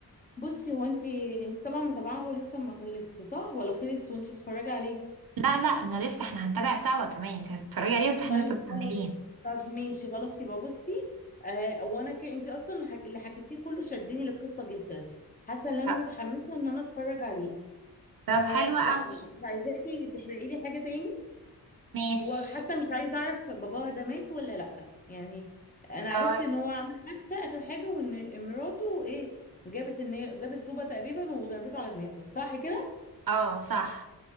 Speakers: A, on the left; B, on the right.
A: بصي هو انت انت طبعا متابعه هو لسه ما خلصش صح ولا خلص وانت بتتفرجي عليه
B: لا لا انا لسه احنا هنتابع سوا كمان انت هتتفرجي عليه بس احنا
A: طيب
B: لسه مكملين
A: خلاص طب ماشي خلاص يبقى بصي آه وانا ك... انت اصلا الح- اللي حكيتيه كله شدني للقصه جدا حاسه ان انا
B: طب
A: متحمسه ان انا اتفرج عليه
B: طب
A: فلا
B: حلو قوي
A: مش عايزاكي تحرقي لي حاجه تاني
B: ماشي
A: هو حتى مش عايز اعرف باباها ده مات ولا لا يعني انا
B: باي.
A: عرفت ان هو عمل حادثه اخر حاجه وان مراته ايه جابت ان هي جابت طوبه تقريبا وضربته على دماغه صح كده
B: اه صح